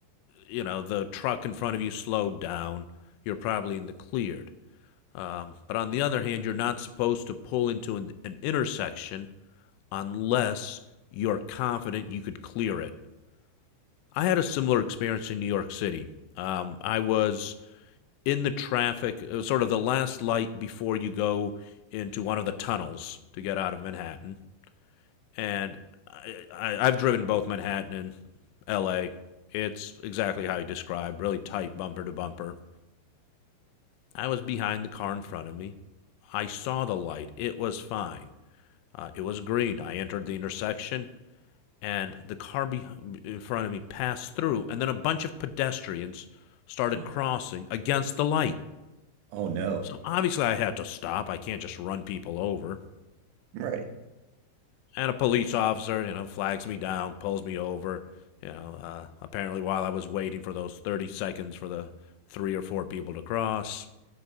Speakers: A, on the left; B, on the right.
A: you know the truck in front of you slowed down, you're probably in the cleared. Um, but on the other hand, you're not supposed to pull into an, an intersection unless you're confident you could clear it. I had a similar experience in New York City. Um, I was in the traffic, it was sort of the last light before you go into one of the tunnels to get out of Manhattan. And I, I, I've driven both Manhattan and LA. It's exactly how you described really tight bumper to bumper. I was behind the car in front of me. I saw the light. It was fine. Uh, it was green. I entered the intersection. and the car be- in front of me passed through, and then a bunch of pedestrians started
B: <gasps>
A: crossing against the light.
B: Oh no.
A: So obviously, I had to stop. I can't just run people over.
B: Right.
A: And a police officer, you know, flags me down, pulls me over. You know, uh, apparently, while I was waiting for those 30 seconds for the three or four people to cross,